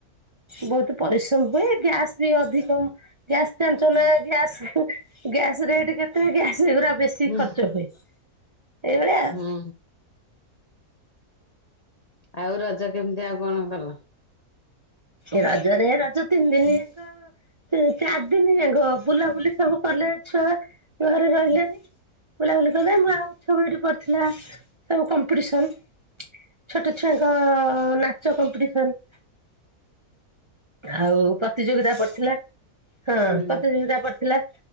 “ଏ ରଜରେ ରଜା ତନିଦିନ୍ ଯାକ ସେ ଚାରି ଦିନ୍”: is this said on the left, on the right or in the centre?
Right